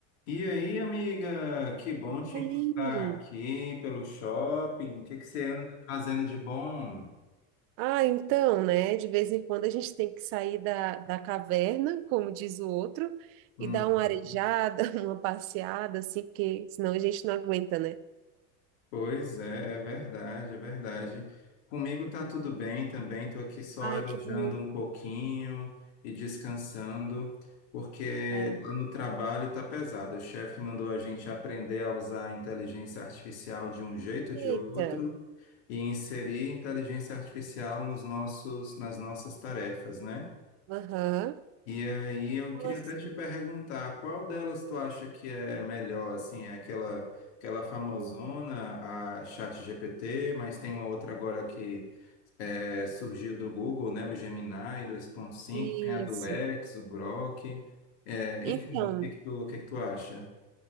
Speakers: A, on the left; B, on the right.
A: E aí, amiga, que bom te
B: E
A: encontrar
B: aí?
A: aqui pelo shopping. O que que você anda fazendo de bom?
B: Ah, então, né? De vez em quando a gente tem que sair da, da caverna, como diz o outro,
A: Uhum.
B: e dar uma arejada, <laughs> uma passeada, assim, porque senão a gente não aguenta, né?
A: Pois é, é verdade, é verdade. Comigo tá tudo bem também, tô aqui só
B: Ai,
A: arejando
B: que bom.
A: um pouquinho e descansando, porque
B: É.
A: lá no trabalho tá pesado. O chefe mandou a gente aprender a usar a inteligência artificial de um jeito
B: Eita.
A: ou de outro e inserir inteligência artificial nos nossos, nas nossas tarefas, né?
B: Aham.
A: E aí eu
B: Nossa.
A: queria até te perguntar, qual delas tu acha que é melhor, assim, é aquela aquela famosona,
B: Hum,
A: a ChatGPT, mas tem uma outra agora que é, surgiu do Google, né, o Gemini 2.5,
B: Isso.
A: tem a do X, o Grok, é, enfim,
B: Então,
A: o que que tu, o que que tu acha